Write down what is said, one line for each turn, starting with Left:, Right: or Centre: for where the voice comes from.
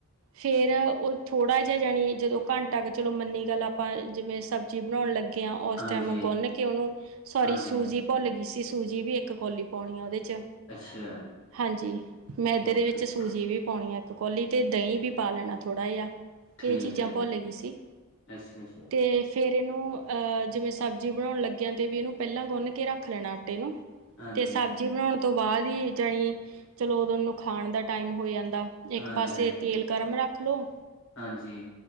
Right: ਫੇਰ ਓ ਥੋੜ੍ਹਾ ਜਿਆ ਜਾਣੀ ਜਦੋਂ ਘੰਟਾ ਕੁ ਚਲੋ ਮੰਨੀ ਗੱਲ ਆਪਾਂ ਜਿਵੇਂ ਸਬਜ਼ੀ ਬਣਉਣ ਲੱਗੀ ਗਿਆ ਉਸ
Left: ਹਾਂਜੀ,
Right: ਟਾਈਮ ਗੁੰਨ ਕੇ ਓਨੂੰ, ਸੋਰੀ
Left: ਹਾਂਜੀ,
Right: ਸੂਜੀ
Left: ਹਾਂਜੀ
Right: ਭੁੱਲ ਗਈ ਸੀ। ਤੇ ਸੂਜੀ ਵੀ ਏਕ ਕੌਲੀ ਪਾਉਣੀ ਆ ਓਦੇ ਚ।
Left: ਅੱਛਾ
Right: ਹਾਂਜੀ, ਮੈਦੇ
Left: ਓਕੇ
Right: ਦੇ ਵਿੱਚ ਸੂਜੀ ਵੀ ਪਾਉਣੀ ਆ ਏਕ ਕੋਲੀ, ਤੇ ਦਹੀਂ ਵੀ ਪਾ ਲੈਣਾ ਥੋੜ੍ਹਾ ਜਿਆ।
Left: ਠੀਕ
Right: ਏ ਚੀਜ਼ਾਂ
Left: ਆ
Right: ਭੁੱਲ
Left: ਜੀ
Right: ਗਈ ਸੀ,
Left: ਅੱਛਾ, ਅੱਛਾ
Right: ਤੇ ਫੇਰ ਏਨੂੰ ਅ ਜਿਵੇਂ ਸਬਜ਼ੀ ਬਣਾਉਣ ਲੱਗਿਆ ਤੇ ਵੀ ਇਨੂੰ ਪੈਲਾਂ ਗੁੰਨ ਕੇ ਰੱਖ ਲੈਣਾ ਆਟੇ ਨੂੰ।
Left: ਹਾਂਜੀ,
Right: ਤੇ ਸਬਜ਼ੀ ਬਣਾਉਣ ਤੋਂ ਬਾਅਦ ਈ ਜਣੀ, ਚਲੋ ਓਦੋਂ ਓਨੂੰ ਖਾਣ ਦਾ ਟਾਈਮ ਹੋ ਜਾਂਦਾ। ਏਕ
Left: ਹਾਂਜੀ,
Right: ਪਾਸੇ
Left: ਹਾਂਜੀ,
Right: ਤੇਲ ਗਰਮ ਰੱਖ ਲੋੋ
Left: ਹਾਂਜੀ।